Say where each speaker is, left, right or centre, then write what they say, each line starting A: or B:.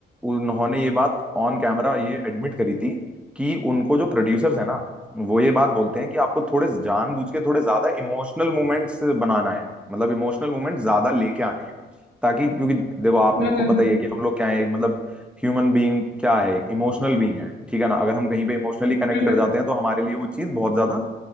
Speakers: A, in the centre; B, on the left.
A: उन्होंने ये बात ऑन कैमरा ये एडमिट करी थी कि उनको जो प्रोड्यूसर्स है ना वो ये बात बोलते हैं कि आपको थोड़े जानबूझ के थोड़े ज्यादा इमोशनल मोमेंट्स बनाना है मतलब इमोशनल मोमेंट्स ज्यादा लेके आने हैं ताकि क्योंकि देखो आपने
B: हम्म
A: को
B: हम्म
A: पता ही है कि हम लोग क्या है एक मतलब ह्यूमन बीइंग क्या है एक इमोशनल बीइंग है ठीक है ना अगर हम कहीं पे इमोशनली कनेक्ट
B: हम्म
A: कर जाते हैं तो हमारे लिए वो चीज बहुत ज्यादा